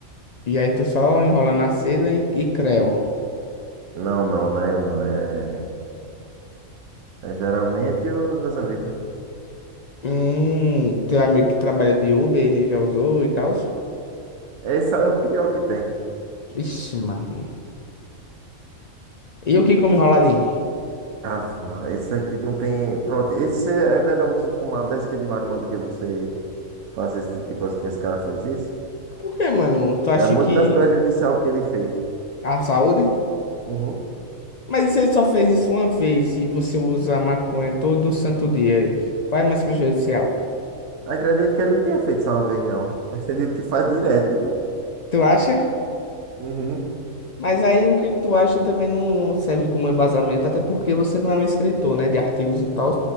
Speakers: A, on the left; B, on the right.
A: E aí tu só enrola na seda e, e creu.
B: Não, não, não é eu não. É, é geralmente os meus amigos, né?
A: Hum, teu amigo que trabalha de Uber, ele já usou e tal?
B: Esse aí é o pior que tem.
A: Ixi, Maria. E o que come enroladinho?
B: Ah, mas esse aqui não tem. Pronto, esse é melhor você fumar 10 quilos de maconha do que você fazer esse tipo de coisa que esse cara fez isso.
A: Por que, mano? Tu acha
B: É muito
A: que
B: mais prejudicial o que ele fez.
A: a saúde?
B: Uhum.
A: Mas e se ele só fez isso uma vez e você usa maconha todo santo dia, qual é mais prejudicial?
B: Acredito que ele não tinha feito só uma vez, não. Acredito que faz direto.
A: Tu acha?
B: Uhum.
A: Mas aí o que que tu acha também não serve como embasamento, até porque você não é um escritor, né, de artigos e tal.